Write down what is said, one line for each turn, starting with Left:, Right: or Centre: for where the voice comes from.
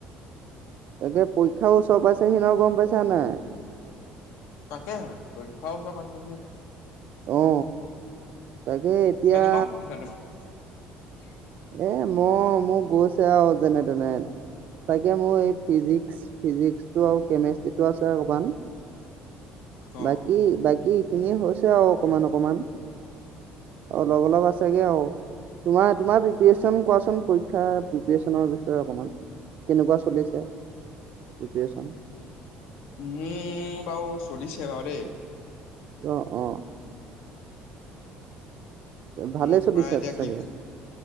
Right: তাকে পৰীক্ষা ওচৰ পাইছে সি ন গম পাইছা নাই?
Left: তাকে হে পৰীক্ষাও উচৰ পাইছে হি।
Right: অ। তাকে এতিয়া
Left: কেনেকুৱা হৈছে তোমাৰ <inaudible>
Right: এ মই মোক গৈছে আৰু যেনে তেনে। তাকে মোৰ এই ফিজিক্স ফিজিক্সটো আৰু কেমেষ্ট্ৰিটো আছে অকমান।
Left: অ।
Right: বাকী বাকী কি এইখিনিয়ে হৈছে আৰু অকমান অকমান। অলপ, অলপ আছেগে আৰু। তোমাৰ, তোমাৰ প্ৰিপচন কোৱাচোন পৰীক্ষা প্ৰিপেৰেচনৰ বিষয়ে অকমান কেনেকুৱা চলিছে প্ৰিপেৰেচন
Left: মু বাও পুলিচ সেৱ দেই।
Right: অ' অ'। ভালেই
Left: মোৰ
Right: চলিছে
Left: তোমাৰ এতিয়া
Right: চাগে
Left: কি,